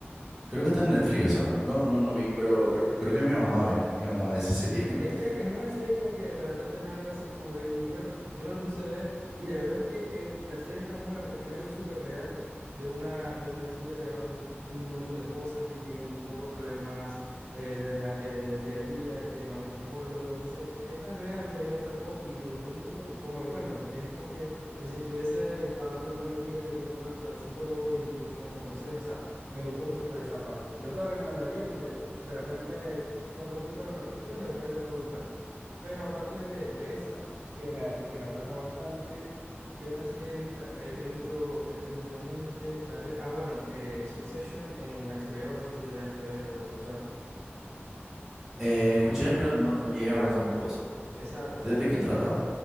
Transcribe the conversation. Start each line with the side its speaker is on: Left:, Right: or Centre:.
Centre: Creo que está en Netflix eso ahora. No,
Right: Sí,
Centre: no, no vi, pero creo, creo que mi mamá ve. Mi mamá ve esa serie.
Right: Sí,
Centre: <laughs>
Right: es que es una serie como que de repente no es algo así como Breaking Bad, pero yo me lo puse a ver y la verdad es que eh, la serie es tan buena porque es algo súper real de una, de una chica que le pasan un montón de cosas y tiene un poco de problemas eh, de la- eh, del día a día, que va a un psicólogo. Entonces es tan real que a mí me atrapó y me gustó mucho cómo lo cuentan, porque es como que eh, si estuviese hablando con una amiga que tiene problemas que va al psicólogo y tú le estás dando consejos. O sea, me gustó mucho por esa parte. Yo te la recomendaría porque de repente son corticos los capítulos y de repente te puede gustar. Pero aparte de, de esa, que me, que me atrajo bastante, ¿qué otra serie he visto, he visto eh, últimamente? A ver, ah, bueno, eh, Succession en HBO, no sé si la llegaste a ver o escuchar.
Centre: Eh, escuché, pero no, no llegué a ver tampoco eso.
Right: Esa te
Centre: ¿De,
Right: la
Centre: de
Right: recomiendo.
Centre: qué trata?